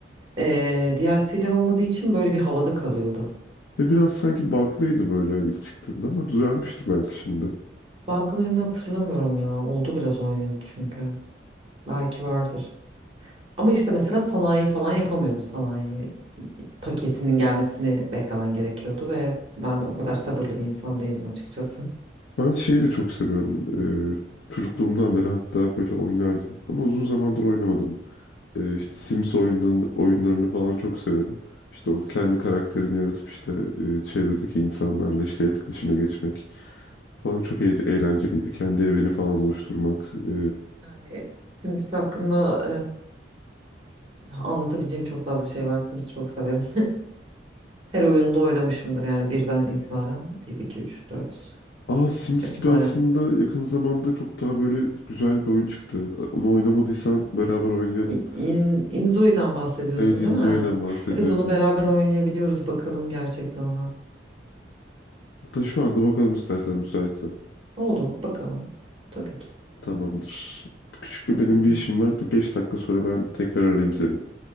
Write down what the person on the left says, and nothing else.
Ve biraz sanki bug'lıydı böyle ilk çıktığında ama düzelmiştir belki şimdi.
Ben şeyi de çok seviyorum. E, çocukluğumdan beri hatta böyle oynardım. Ama uzun zamandır oynamadım. E, işte Sims oyunlarını, oyunlarını falan çok severim. İşte orada kendi karakterini yaratıp işte e, çevredeki insanlarla işte etkileşime geçmek falan çok eğ- eğlenceliydi. Kendi evini
falan oluşturmak. E,
Aa Sims
gibi aslında
yakın zamanda çok daha böyle güzel bir oyun çıktı. Onu oynamadıysan beraber oynayalım.
Evet Inzoi'den
bahsediyorum.
Hatta şu anda bakalım istersen müsaitsen.
Tamamdır. Küçük bir
benim bir işim var. Bir 5 dakika sonra ben tekrar arayayım seni.